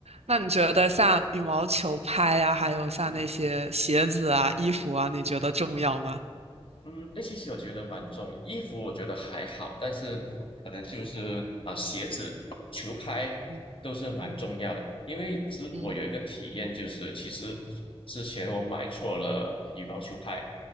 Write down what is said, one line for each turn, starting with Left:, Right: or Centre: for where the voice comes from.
Right: 那你觉得像羽毛球拍呀、还有像那些鞋子啊、
Left: 嗯。
Right: 衣服啊，你觉得重要吗？
Left: 嗯，哎，其实我觉得蛮重要。衣服我觉得还好，但是可能就是啊、鞋子、球拍
Right: 嗯
Left: 都是蛮重要的。
Right: 嗯
Left: 因为之我有一个体验，
Right: 嗯
Left: 就是其实之前我买错了羽毛球拍，